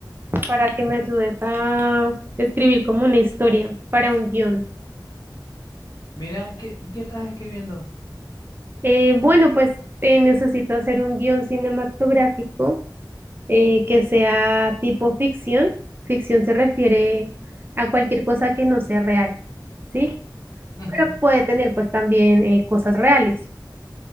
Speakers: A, on the right; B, on the left.
A: para que me ayudes a escribir como una historia para un guión.
B: Mira, ¿qué, ¿y qué estás escribiendo?
A: Eh, bueno, pues eh, necesito hacer un guión cinematográfico eh, que sea tipo ficción. Ficción se refiere a cualquier cosa que no sea real, ¿sí?
B: Ujú.
A: Pero puede tener pues también eh, cosas reales.